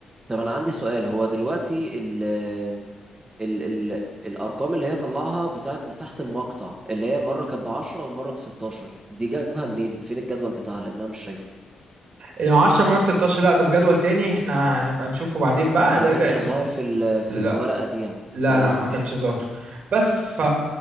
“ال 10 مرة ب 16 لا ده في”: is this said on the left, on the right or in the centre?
Right